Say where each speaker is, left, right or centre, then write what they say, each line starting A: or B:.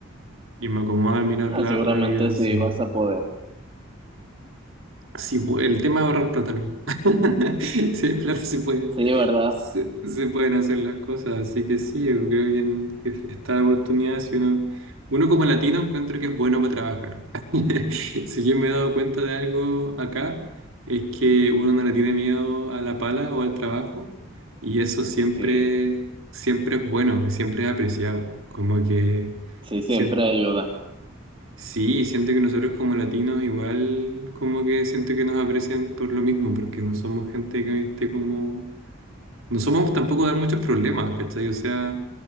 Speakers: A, on the right (about 75°); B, on the right (about 25°).
A: Y me acomoda mirar
B: Ah,
A: la,
B: seguramente
A: la vida así.
B: sí vas a poder.
A: Sí, bu- el tema de ahorrar plata, ¿no? <laughs> Sí, hay plata se puede,
B: Sí, ¿verdad?
A: se, se pueden hacer las cosas, así que sí, yo creo que, en- que está la oportunidad si uno, uno como latino encuentro que es bueno para trabajar. <laughs> Si yo me he dado cuenta de algo acá, es que uno no le tiene miedo a la pala o al trabajo, y eso siempre,
B: Sí,
A: siempre es bueno y siempre es apreciado. Como que
B: sí, siempre
A: sien-
B: ayuda.
A: Sí, siento que nosotros como latinos igual como que siento que nos aprecian por lo mismo, porque no somos gente que esté como... No somos tampoco de muchos problemas, ¿cachai? O sea,